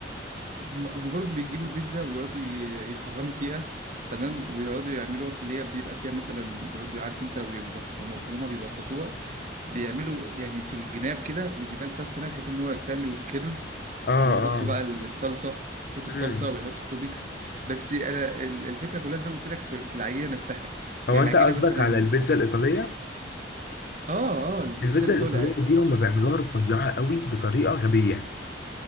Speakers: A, on the right; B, on the left.
A: هم هم برضه بيجيبوا البيتزا ويقعدوا ي- يخرموا فيها تمام ويقعدوا يعملوها في اللي هي بيبقى فيها مثلا يقعدوا عارف انت لو بيبط- وهما بيبططوها بيعملوا يعني في الجناب كده بالجناب بتاع السناب بحيث ان هو تعمل كيرف
B: اه
A: ويحطوا
B: اه
A: بقى الصلصة يحط الصلصة
B: مم.
A: ويحط التوبيكس بس انا ال- الفكرة كلها زي ما قلت لك في في العجينة نفسها
B: هو
A: يعني
B: انت
A: العجينة
B: قصدك
A: مثلا
B: على البيتزا الايطاليه
A: اه اه البيتزا
B: البيتزا
A: الايطالي
B: الايطاليه
A: عادي
B: دي هم بيعملوها رفيعه قوي بطريقه غبيه